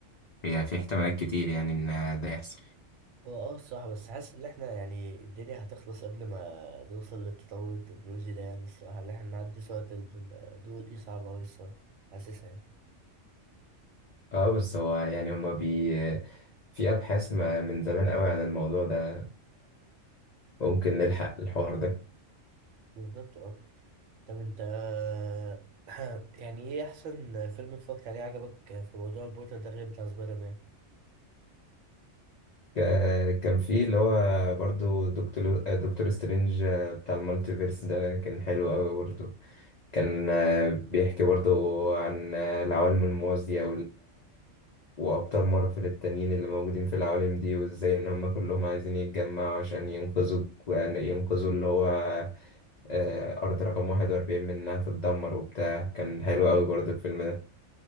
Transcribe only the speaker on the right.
هو اه الصراحة بس حاسس ان احنا يعني الدنيا هتخلص قبل ما نوصل للتطور التكنولوجي ده يعني الصراحة اللي احنا نعدي سرعة الضوء دي صعبة اوي الصراحة حاسسها يعني
بالظبط اه طب انت <clears throat> <laughs> يعني ايه احسن فيلم اتفرجت عليه عجبك في موضوع البوتر ده غير بتاع سبايدر مان
مم.